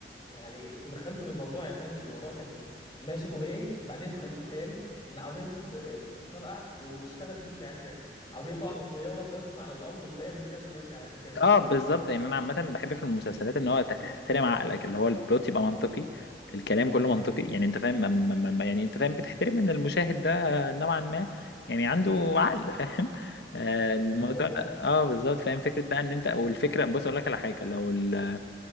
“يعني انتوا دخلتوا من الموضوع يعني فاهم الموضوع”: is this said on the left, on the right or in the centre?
Left